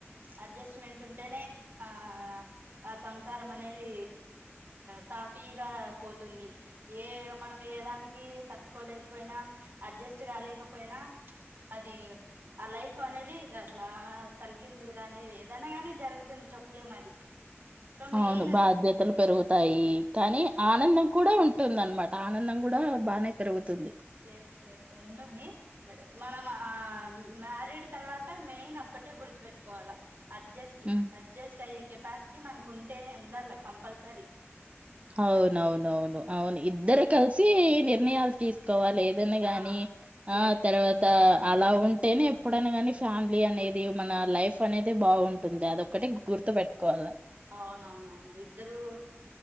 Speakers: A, on the right; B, on the right.
A: అడ్జస్ట్మెంట్ ఉంటేనే ఆ ఆ సంసారం అనేది సాఫీగా పోతుంది. ఏ మనం ఏదానికి తట్టుకోలేకపోయినా అడ్జస్ట్ కాలేకపోయినా అది ఆ లైఫ్ అనేది అట్ల తలకిందులు గానీ ఏదన్నా గాని జరుగుతుంది చొప్పులేం అది సో మెయిన్
B: అవును బాధ్యతలు పెరుగు తాయి. కానీ
A: ఎస్ ఎస్
B: ఆనందం కూడా ఉం ఉంటుందన్మాట ఆనందం కూడా బానే పెరుగుతుంది.
A: ఎస్ ఎస్ ఉంటుంది మనం ఆ మ్యారీడ్ తర్వాత మెయిన్ ఒక్కటే గుర్తుపెట్టుకోవాలా అడ్జెస్ట్
B: హ్మ్.
A: అడ్జెస్ట్ అయ్యే కెపాస్ మనకు ఉంటేనే ఉండాల కంపల్సరీ
B: అవునవునవును అవును ఇద్దరు కలిసి నిర్ణయలు తీస్ కోవాలి ఏదన్న
A: ఆ
B: గాని ఆ
A: ఎస్
B: తర్వాత అలా ఉంటేనే ఎప్పుడైనా కానీ ఫ్యామిలీ అనేది మన లైఫ్ అనేది బాగుంటుంది. అదొక్కటె గుర్తుపెట్టుకోవాలి.
A: అవునవునవును ఇద్దరు